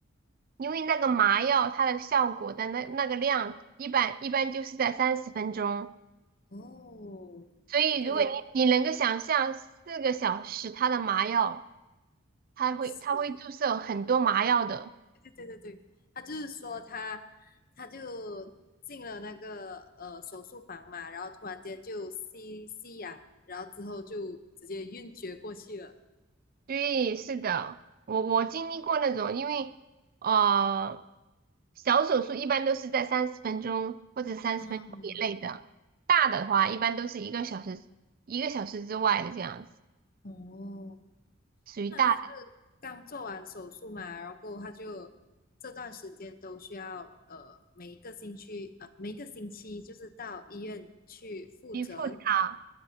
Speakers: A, on the right; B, on the left.
A: 因为那个麻药它的效果的那那个量，一般一般就是在三十分钟，
B: 哦，
A: 所以如果你你能够想象四个小时它的麻药，
B: 对对
A: 它会它会注射很多麻药的。
B: 是对对对对对，他就是说他他就进了那个呃手术房嘛，然后突然间就吸吸氧，然后之后就直接晕厥过去了。
A: 对，是的，我我经历过那种，因为。啊。小手术一般都是在三十分钟或者三十分钟以内的，
B: 嗯，
A: 大的话一般都是一个小时一个小时之外的这样子，
B: 哦，
A: 属于大的。
B: 那他就是刚做完手术嘛，然后他就这段时间都需要呃每一个星期呃每一个星期就是到医院去复诊，
A: 去复查，